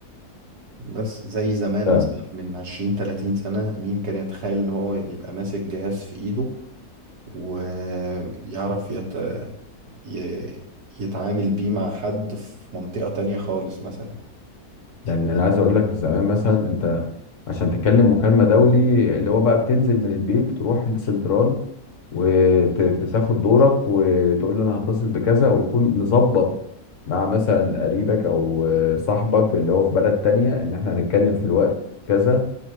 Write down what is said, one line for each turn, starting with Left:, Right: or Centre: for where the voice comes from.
Right: بس زي زمان
Left: لا
Right: مثلا من 20 30 سنة مين كان يتخيل ان هو يبقى ماسك جهاز في ايده ويعرف يت... ي... يتعامل بيه مع حد في منطقة تانية خالص مثلا
Left: يعني انا عايز اقول لك زمان مثلا انت عشان تتكلم مكالمه دولي اللي هو بقى بتنزل من البيت تروح السنترال وتاخد دورك وتقول له انا هتصل بكذا وتكون مظبط مع مثلا قريبك او صاحبك اللي هو في بلد تانية ان احنا هنتكلم في الوقت كذا